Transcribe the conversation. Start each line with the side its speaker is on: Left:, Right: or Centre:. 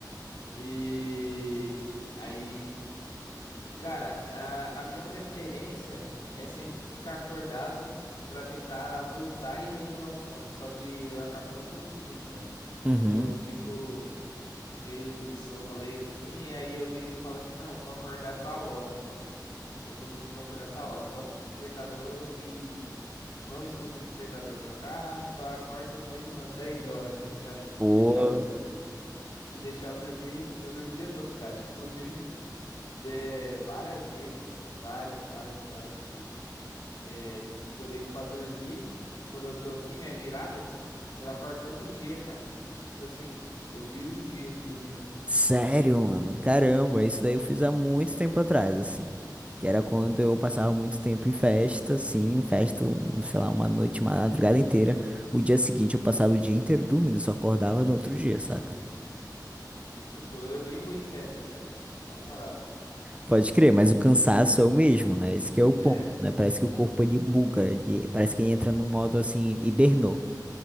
Left: E aí, cara, a, a minha preferência é sempre ficar acordado pra tentar voltar e regular o sono, só que eu acabo não conseguindo, cara.
Right: Uhum.
Left: Tipo, eu fico. meio sonolento assim, e aí eu deito e falo assim, não, vou acordar tal hora então. Se eu for dormir, eu vou acordar tal hora. Eu Boto o despertador e não escuto o despertador tocar, só acordo depois de umas 10 horas praticamente.
Right: Pô,
Left: Se deixar eu dormir, eu- se deixar eu dormir, eu durmo o dia todo, cara. Inclusive, é, várias vezes, várias, várias, várias vezes. É, tipo, eu deito pra dormir, quando eu tô assim, né, virado, eu acordo no outro dia, cara. Tipo assim, eu viro um dia dormindo.
Right: sério, mano. Caramba, isso daí eu fiz há muito tempo atrás, assim. Que era quando eu passava muito tempo em festa, assim, festa, um, sei lá, uma noite, uma madrugada inteira. O dia seguinte eu passava o dia inteiro dormindo, só acordava no outro dia, saca?
Left: E, e, tipo, eu nem vou em festa, cara. Na moral.
Right: Pode crer, mas o cansaço é o mesmo, né? Esse que é o
Left: É,
Right: ponto, né? Parece que o corpo ele buga, ele- parece que ele entra no modo assim, hibernou.